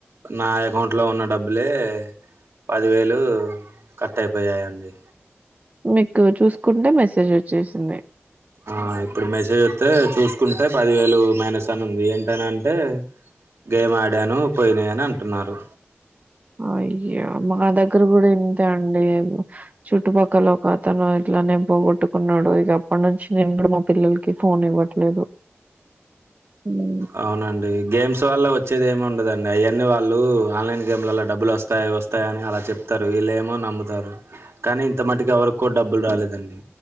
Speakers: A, on the right; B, on the right.
A: నా అకౌంట్ లో ఉన్న డబ్బులే పదివేలు కట్ అయిపోయాయండి
B: మీకు చూసుకుంటే మెసేజ్ వచ్చేసింది
A: ఆ ఇప్పుడు మెసేజ్ వత్తే చూసుకుంటే పదివేలు మైనస్ అని ఉంది ఏంటనంటే గేమ్ ఆడాను పోయినాయని అంటున్నారు
B: అయ్యో మా దగ్గర కూడా ఇంతే అండి చుట్టుపక్కల ఒక అతను ఇట్ల ఇట్లనే పోగొట్టుకున్నాడు ఇగ అప్పటి నుంచి నేను కూడా మా పిల్లలకి ఫోన్ ఇవ్వట్లేదు వున
A: అవునండి గేమ్స్ వల్ల వచ్చేది ఏమి ఉండదండి అయన్నీ వాళ్ళు ఆన్లైన్ గేమ్లలల్లో డబ్బులు వస్తాయి వస్తాయని అలా చెప్తారు వీళ్ళేమో నమ్ముతారు కానీ ఇంత మటుకి ఎవరికి కూడా డబ్బులు రాలేదండి